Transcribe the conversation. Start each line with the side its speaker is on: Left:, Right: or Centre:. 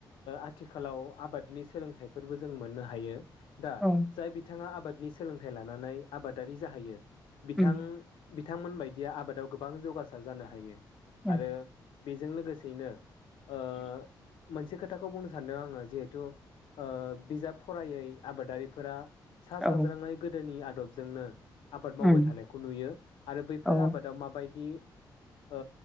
Left: आथिखालाव आबादनि सोलोंथाइफोरबो जों मोननो हायो। दा
Centre: औ
Left: जाय बिथाङा आबादनि सोलोंथाइ लानानै आबादारि जाहैयो बिथां
Centre: उम
Left: बिथांमोन बायदिया आबादाव गोबां जौगासार जानो हायो।
Centre: उम
Left: आरो बेजों लोगोसेयैनो ओ मोनसे खोथाखौ बुंनो सानदों आङो जिहेथु ओ बिजाब फरायै आबादारिफोरा सा
Centre: औ
Left: साज्रांङै गोदोनि आ आदबजोंनो आबाद मावबाय
Centre: उम
Left: थानायखौ नुयो आरो बैफोर
Centre: औ
Left: आबादाव माबायदि ओ